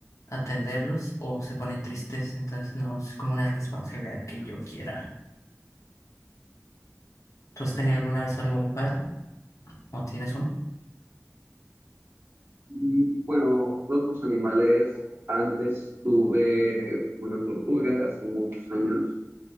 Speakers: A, on the left; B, on the right.
A: atenderlos o se ponen tristes, entonces no es como una responsabilidad que yo quiera. ¿Tú has tenido alguna vez algún perro o tienes uno?
B: aquí, bueno, otros animales. Antes tuve una tortuga hace muchos años